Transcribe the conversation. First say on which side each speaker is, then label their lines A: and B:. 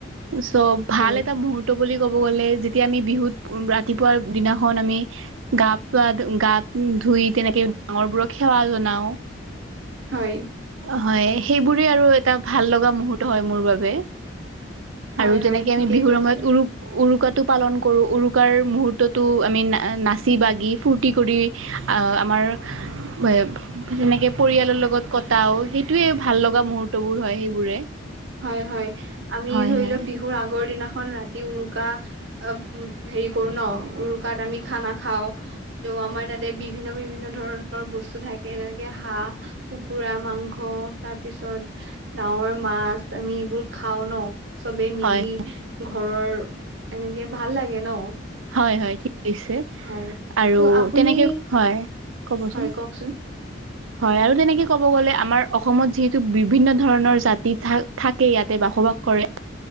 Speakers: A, on the right; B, on the right.
A: চ'
B: হয়।
A: ভাল এটা মুহুৰ্ত বুলি ক'ব গ'লে যেতিয়া আমি বিহুত ৰাতিপুৱাৰ দিনাখন আমি গা পা গা ধুই তেনেকে ডাঙৰ বোৰক সেৱা জনাওঁ।
B: হয়।
A: হয় সেইবোৰে আৰু এটা ভাল লগা মুহুৰ্ত হয় মোৰ বাবে।
B: হয়,
A: আৰু
B: হয়
A: যেনেকে
B: ঠিকেই
A: আমি বিহুৰ
B: কৈছে।
A: সময়ত উৰু উৰুকাটো পালন কৰো উৰু <unintelligible> মুহূৰ্তটো আমি না নাচি বাগি ফূৰ্তি কৰি আমাৰ তেনেকে পৰিয়ালৰ লগত কটাও সেইটোয়ে ভাল লগা মুহু <unintelligible> বোৰ হয় সেইবোৰে।
B: হয় হয়, আমি
A: হয়
B: ধৰি
A: হয়।
B: লওঁক বিহুৰ আগৰ দিনাখন ৰাতি উৰুকা অ' উম, হেৰি কৰো ন' উৰুকাত আমি খানা খাওঁ। ত' আমাৰ তাতে বিভিন্ন বিভিন্ন ধৰণৰ বস্তু থাকে যেনেকে হাঁহ কুকাৰ মাংস তাৰ পিছত ডাঙৰ মাছ। আমি এইবোৰ খাওঁ ন' চবেই মিলি।
A: হয়
B: ঘৰৰ, এনেকে ভাল লাগে ন'।
A: হয় হয় ঠিক কৈছে
B: হয়
A: আৰু
B: তো আপুনি
A: তেনেকে হয়। ক'বচোন।
B: হয় কওঁকচোন।
A: হয় আৰু তেনেকে ক'ব গ'লে আমাৰ অসমত যিহেতু বিভিন্ন ধৰণৰ জাতি থাক থাকে ইয়াতে বসবাস কৰে।